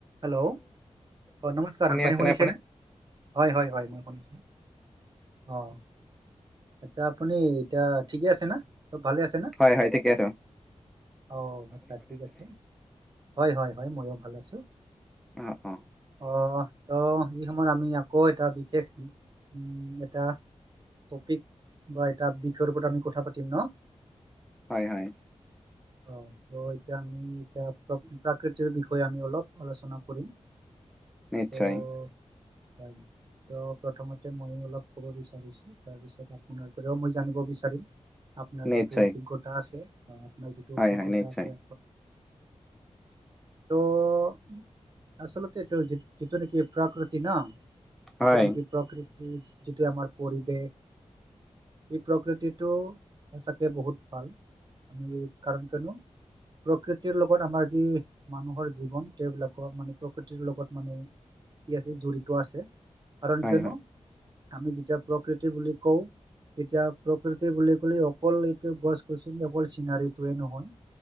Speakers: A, on the right; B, in the centre.
A: হেল্ল'। অ নমস্কাৰ,
B: শুনি
A: আপুনি
B: আছেনে
A: শুনিছেনে? হয় হয় হয় মই শুনিছোঁ। অ' এতিয়া আপুনি এতিয়া ঠিকে আছে না? চব ভালে আছ
B: হয় হয় ঠিকে আছোঁ।
A: অ' আচ্ছা ঠিক আছে। হয় হয় হয় ময়ো ভাল আছোঁ।
B: অ', অ'।
A: অহ ত' এই সময়ত আমি আকৌ এটা বিশেষ উম, এটা টপিক বা এটা বিষয়ৰ ওপৰত আমি কথা পাতিম ন'?
B: হয় হয়।
A: অ'। ত' এতিয়া আমি এতিয়া প্ৰাকৃতিৰ বিষয়ে আমি অলপ আলোচনা কৰিম,
B: নিশ্চয়
A: ত' হয়। ত' প্ৰথমতে ময়ো অলপ ক'ব বিচাৰিছোঁ। তাৰপিছত আপোনাৰ পৰাও মই জানিব বিচাৰিম। আপোনাৰ
B: নিশ্চয়
A: যিটো অভিজ্ঞতা আছে, আপোনাৰ যিটো
B: হয়
A: অভিজ্ঞতা
B: হয় নিশ্চয়
A: আছে ত' আচলতেটো যিটো নেকি প্ৰকৃতি না,
B: হয়
A: যিটো নেকি প্ৰকৃ এই যিটো আমাৰ পৰিৱেশ এই প্ৰকৃতিটো সঁচাকে বহুত ভাল। আমি কাৰণ কেনো প্ৰকৃতিৰ লগত আমাৰ যি মানুহৰ জীৱন সেইবিলাকৰ মানে প্ৰকৃতিৰ লগত মানে কি আছে জড়িত আছে। কাৰণ
B: হয়
A: কিয়নো
B: হয়
A: আমি যেতিয়া প্ৰকৃতি বুলি কওঁ এতিয়া প্ৰকৃতি বুলি ক'লে অকল এইটো গছ গছনি অকল চিনাৰীটোয়ে নহয়।